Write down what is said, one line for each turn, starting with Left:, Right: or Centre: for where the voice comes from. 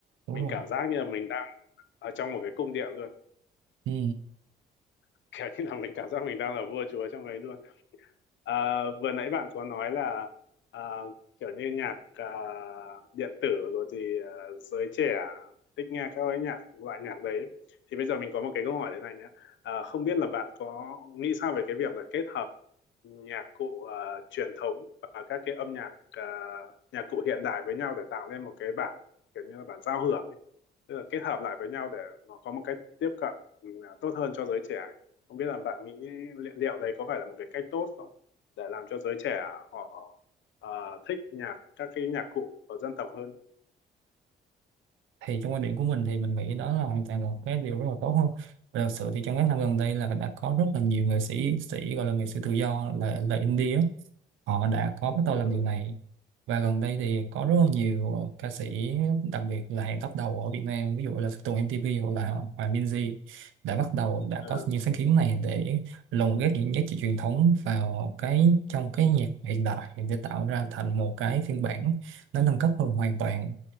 Right: đúng
Left: mình
Right: rồi
Left: cảm giác như là mình đang ở trong một cái cung điện luôn
Right: ừ.
Left: <laughs> kiểu như là mình cảm giác mình đang là vua chúa trong ấy luôn Ờ, vừa nãy bạn có nói là à, kiểu như nhạc à, điện tử rồi thì à, giới trẻ thích nghe các cái nhạc loại nhạc đấy thì bây giờ mình có một cái câu hỏi thế này nhé à, không biết là bạn có nghĩ sao về cái việc là kết hợp nhạc cụ à, truyền thống và các cái âm nhạc à, nhạc cụ hiện đại với nhau để tạo lên một cái bản kiểu như là bản giao hưởng ấy? tức là kết hợp lại với nhau để nó có một cách tiếp cận ừ, tốt hơn cho giới trẻ ấy. Không biết là bạn nghĩ liệu, liệu đấy có phải là một cái cách tốt không để làm cho giới trẻ họ ờ, thích nhạc các cái nhạc cụ của dân tộc hơn
Right: thì trong quan điểm của mình thì mình nghĩ đó là hoàn toàn một cái điều rất là tốt hơn Và thật sự thì trong các năm gần đây là đã có rất là nhiều nghệ sĩ sĩ gọi là nghệ sĩ tự do là là indie á, họ đã có bắt đầu
Left: đúng
Right: làm
Left: rồi
Right: điều này và gần đây thì có rất là nhiều ờ, ca sĩ đặc biệt là hàng top đầu ở Việt Nam ví dụ là Tùng MTV hoặc là Hòa Minzy đã bắt đầu đã
Left: Ờ,
Right: có những sáng kiến này để lồng ghép những giá trị truyền thống vào cái trong cái nhạc hiện đại để tạo ra thành một cái phiên bản nó nâng cấp hơn hoàn toàn